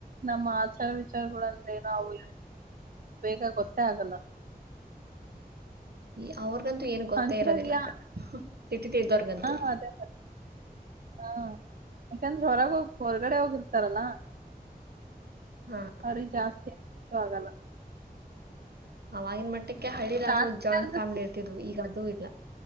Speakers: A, on the right; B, on the right.
A: ನಮ್ಮ ಆಚಾರ ವಿಚಾರಗಳಂದ್ರೆ ನವು ಬೇಗ ಗೊತ್ತ ತ್ತ ಆಗಲ್ಲ
B: ಈ ಅವ್ರರ್ಗಂತೂ ಏನು ಗೊತ್ತೇ
A: ಹಂಗಾಗಿ
B: ಇರೋದಿಲ್ಲಕ್ಕ
A: ಆ
B: ಸಿಟಿ ತ ಇದ್ದೋರ್ಗಂತೂ
A: ಹಾ ಅದೇ ಮತ್ತೆ ಹಾ ಯಾಕಂದ್ರೆ ಹೊರಗೆ ಹೋಗ ಹೊರಗಡೆ ಹೋಗಿರ್ತಾರಲ್ಲಾ
B: ಹಾ
A: ಅರಿ ಜಾಸ್ತಿ ಅಷ್ಟು ಆಗಲ್ಲ
B: ಅವವಾಗಿನ ಮಟ್ಟಕ್ಕೆ ಹಳ್ಳಿ ಆದ್ರೂ
A: ತಾತ್ಕಾಲದಷ್ಟು
B: ಜಾಯಿಂಟ್ ಫ್ಯಾಮಿಲಿ ಇರ್ತಿದ್ವು ಈಗ ಅದುೂ ಇಲ್ಲ